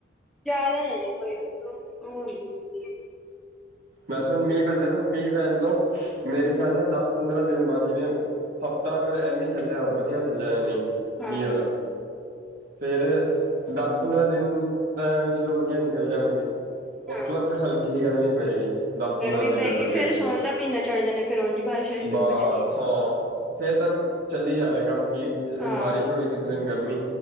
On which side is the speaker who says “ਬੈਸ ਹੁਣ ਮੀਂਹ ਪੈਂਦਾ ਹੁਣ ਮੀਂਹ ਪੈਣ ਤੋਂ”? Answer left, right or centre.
Right